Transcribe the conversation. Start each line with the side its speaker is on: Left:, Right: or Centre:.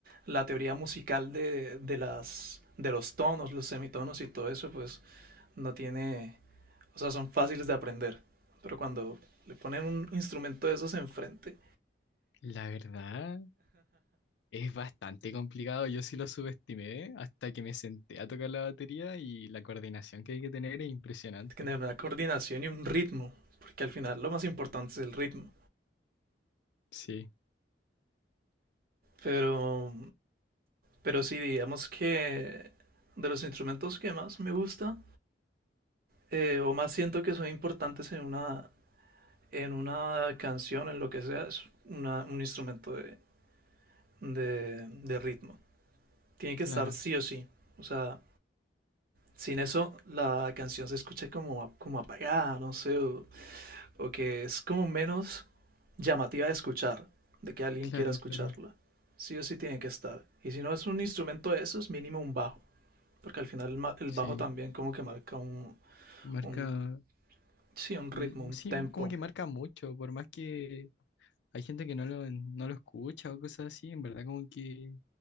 Right: la teoría musical de, de las de los tonos, los semitonos y todo eso, pues no tiene, o sea, son fáciles de aprender. Pero cuando le ponen un instrumento de esos enfrente,
Left: La verdad es bastante complicado, yo sí lo subestimé hasta que me senté a tocar la batería y la coordinación que hay que tener es impresionante.
Right: tiene una coordinación y un ritmo, porque al final lo más importante es el ritmo.
Left: Sí,
Right: Pero, pero sí, digamos que de los instrumentos que más me gusta eh, o más siento que son importantes en una, en una canción, en lo que sea, es una- un instrumento de, de- de ritmo. Tiene que
Left: claro,
Right: estar sí o sí. O sea, sin eso la canción se escucha como, a- como apagada, no sé, o, o que es como menos llamativa de escuchar, de que alguien
Left: claro,
Right: quiera escucharla.
Left: claro.
Right: Sí o sí tiene que estar. Y si no es un instrumento de esos mínimo un bajo. Porque al final el, ma- el
Left: Sí,
Right: bajo también como que marca un,
Left: marca,
Right: un, sí, un ritmo,
Left: mm,
Right: un
Left: sí,
Right: tempo,
Left: como que marca mucho, por más que hay gente que no lo, no lo escucha o cosas así, en verdad como que